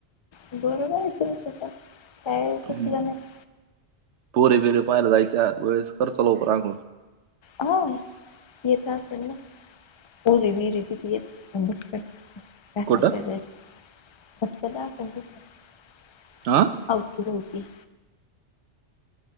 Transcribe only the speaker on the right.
हा
पोरी दिली पाहिला जायच्या, वेळेस करतो लवकर आंघोळ.
कुठं आ?